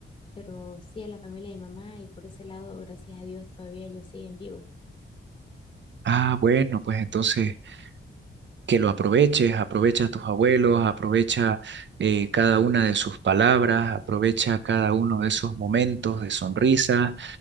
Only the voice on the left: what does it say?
pero sí a la familia de mi mamá y por ese lado, gracias a Dios, todavía ellos siguen vivos.